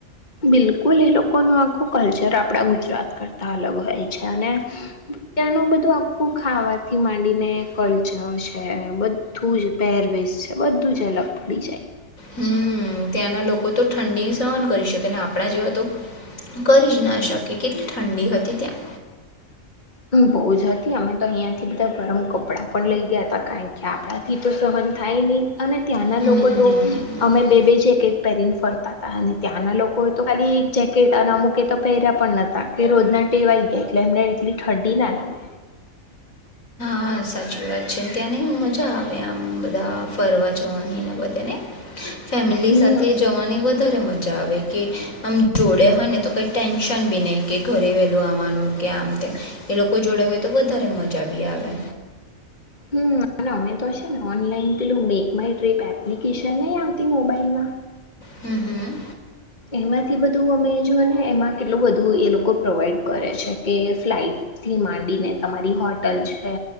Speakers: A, on the left; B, on the left.
A: બિલકુલ એ લોકો નુ આખું કલ્ચ જ આપડા ગુજરાત કરતા અલગ હોય છે અને ત્યાંનું બધું આખું ખાવાથી માંડીને કલ્ચર છે બધું જ પહેરવેશ છે બધું જ અલગ પડી જાય.
B: હમ ત્યાંના લોકો તો ઠંડી સહન કરી શકે ને આપણા જેવા તો. કરી જ ના શકે કેટલા ઠંડી હતી ત્યાં.
A: બહુ જ હતી અમે તો અહીંયાથી બધા ગરમ કપડાં પણ લઈ ગયા હતા કારણ કે આપણાથી તો સહન થાય નહીં. અને ત્યાંના
B: હમ્મ.
A: લોકો તો અમે બે બે જે પહેરીને ફરતા હતા અને ત્યાંના લોકોએ તો ખાલી એક જેકેટ અને અમુક એ તો પહેર્યા પણ નતા કે રોજના ટેવાઈ ગયા એટલે એમને એટલી ઠંડી ના લાગે.
B: હા સાચી વાત છે ને ત્યાં નહીં મજા આવે આમ બધા ફરવા જવાની ને બધા તેને ફેમિલી
A: હમ
B: સાથે જવાની વધારે મજા આવે કે આમ જોડે હોય ને તો કઈ ટેન્શન બી નહીં કે ઘરે વહેલું આવવાનું કે આમતે એ લોકો જોડે હોય તો વધારે મજા બી આવે.
A: હમ અમે તો છે ને ઓનલાઈન પેલું મેક માય ટ્રીપ એપ્લિકેશન નહી આવતી મોબાઈલમાં
B: હમ હમ
A: એમાંથી બધું અમે જો ને એમાં કેટલું બધું એ લોકો પ્રોવાઈડ કરે છે કે ફ્લાઇટથી માંડીને તમારી હોટલ છે